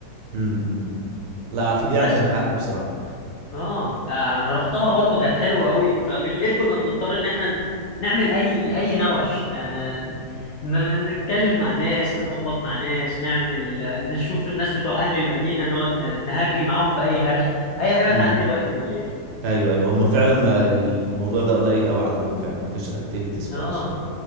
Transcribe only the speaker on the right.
امم أمم. لا في دي عندك
حق بصراحه
امم
ايوه ايوه هم فعلا ما الموضوع ده قليل قوي عندهم فعلا ما فيش اكتيفيتيز خالص